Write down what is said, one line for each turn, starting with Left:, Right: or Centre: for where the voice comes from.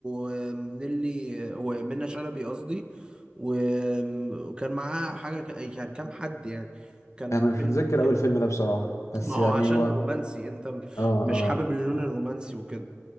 Right: ومنلي ومنى شلبي قصدي و- وكان معاه حاجة ك- يعني كام حد يعني كان
Left: انا مش
Right: فيلم
Left: متذكر
Right: ك-
Left: اول فيلم ده بصراحه بس
Right: ما هو
Left: يعني
Right: عشان
Left: هو
Right: رومانسي انت م-
Left: اه
Right: مش
Left: اه
Right: حابب اللون الرومانسي وكده